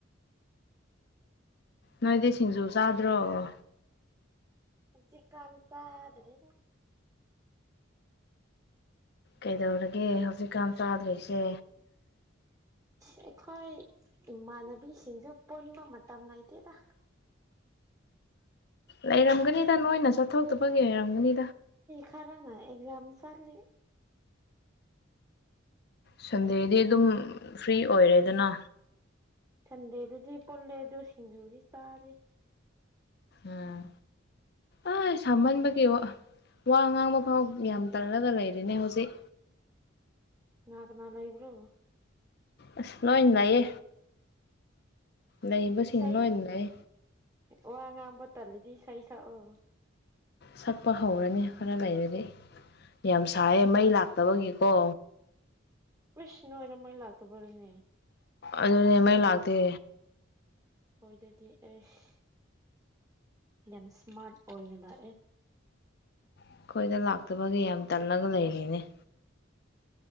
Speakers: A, on the left (about 55°); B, on the right (about 15°).
A: ꯅꯣꯏꯗꯤ ꯁꯤꯡꯖꯨ ꯆꯥꯗ꯭ꯔꯣꯕ
B: ꯖꯤ ꯀꯥꯟꯁ ꯌꯥꯗꯅꯦꯦ
A: ꯀꯩꯗꯧꯔꯒꯦ ꯍꯧꯖꯤꯛꯀꯥꯟ ꯆꯥꯗ꯭ꯔꯤꯁꯦ
B: ꯑꯩꯈꯣꯏ ꯏꯃꯥꯟꯅꯕꯤꯁꯤꯡꯁꯨ ꯄꯨꯟꯕ ꯃꯇꯝ ꯂꯩꯇꯦꯗ
A: ꯂꯩꯔꯝꯒꯅꯤꯗ ꯅꯣꯏꯅ ꯆꯠ ꯊꯇꯨꯄꯒꯤ ꯑꯣꯏꯔꯝꯒꯅꯤ
B: ꯈꯔꯥ ꯅ ꯑꯦꯛꯖꯥꯝ ꯆꯠꯂꯤ
A: ꯁꯟꯗꯦꯗꯤ ꯑꯗꯨꯝ ꯐ꯭ꯔꯤ ꯑꯣꯏꯔꯦꯗꯅ
B: ꯁꯟꯗꯦꯗꯗꯤ ꯄꯨꯣꯜꯂꯦ ꯑꯗꯨ ꯁꯤꯡꯖꯨꯗꯤ ꯆꯥꯔꯦ
A: ꯎꯝ ꯑꯩ ꯁꯥꯍꯟꯕꯒꯤ ꯋꯥ ꯉꯥꯡꯕ ꯐꯥꯎ ꯌꯥꯝ ꯇꯜꯂꯒ ꯂꯩꯔꯤꯅꯦ ꯍꯧꯖꯤꯛ
B: ꯂꯅꯥꯀꯅꯥꯜ ꯏꯕ꯭ꯔꯣ
A: ꯑꯁ ꯂꯣꯏꯅ ꯂꯑꯌꯦ ꯂꯩꯕꯁꯤꯡ
B: ꯏꯁꯩ
A: ꯂꯣꯏꯗ ꯂꯩ
B: ꯋꯥ ꯑ ꯉꯥꯡꯕ ꯇꯂꯗꯤ ꯁꯁꯑꯣ
A: ꯁꯛꯄ ꯍꯧꯔꯅꯤ ꯈꯔ ꯂꯩꯔꯗꯤ ꯌꯥꯝ ꯁꯥꯏꯌꯦꯦ ꯃꯩ ꯂꯥꯛꯇꯕꯒꯤꯀꯣ
B: ꯎꯁ ꯅꯣꯏꯗ ꯃꯩ ꯂꯥꯛꯇꯕꯔꯅꯦ
A: ꯑꯗꯨꯅꯦ ꯃꯩ ꯂꯥꯛꯇꯦ
B: ꯍꯣꯏꯗꯗꯤ ꯑꯁ ꯌꯥꯝ ꯏꯁꯃꯥꯔꯠ ꯑꯣꯏꯅ ꯂꯥꯛꯑꯦ
A: ꯑꯩꯈꯣꯏꯗ ꯂꯥꯛꯇꯕꯒꯤ ꯌꯥꯝ ꯇꯜꯂꯒ ꯂꯩꯔꯤꯅꯦ